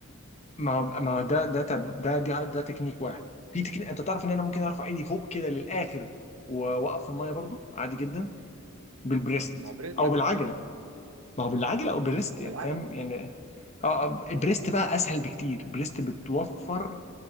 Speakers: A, on the left (about 30°); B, on the right (about 65°).
A: ما هو ما هو ده ده تب- ده ده, ده تكنيك واحد في تكنيك انت تعرف ان انا ممكن ارفع ايدي فوق كده للاخر واوقف في الميه برضو عادي جدا بالبريست
B: ما هو برجلك
A: او بالعجله
B: اكيد
A: ما هو بالعجل او بالريست يعني
B: بالعجله
A: فاهم يعني اه آه، البريست بقى اسهل بكتير البريست بتوفر